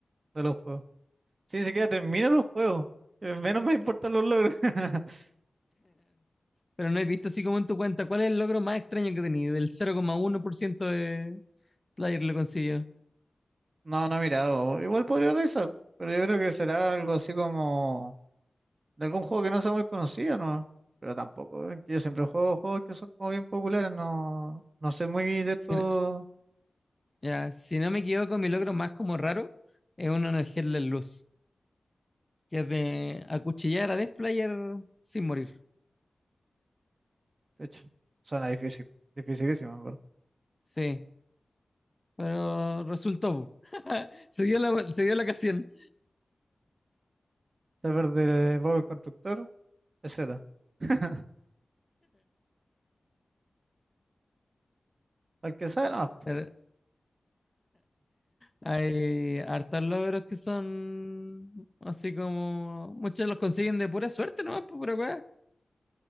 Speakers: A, on the right (about 60°); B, on the left (about 25°).
A: de los juegos. Sí, ni siquiera termino los juegos. eh, Menos me importan los logros. <laughs>
B: Pero no he visto así como en tu cuenta. ¿Cuál es el logro más extraño que tenías? Del 0,1% de player lo consiguió.
A: No, no he mirado. Igual podría revisar, pero yo creo que será algo así como de algún juego que no sea muy conocido, ¿no? Pero tampoco, eh, que yo siempre juego juegos que son como bien populares, no, no soy muy de
B: Si
A: estos
B: no, ya, si no me equivoco, mi logro más como raro es uno en el Headless Luz, que es de acuchillar a Death Player sin morir.
A: De hecho, suena difícil. Dificilísimo, en verdad.
B: Sí, pero resultó. <laughs> Se dio la, se dio la ocasión.
A: Saber de Bob el Constructor, etcétera. <laughs> Al que sabe, no.
B: Pero hay hartos logros que son así como. Muchos los consiguen de pura suerte, ¿no? Por pura weá.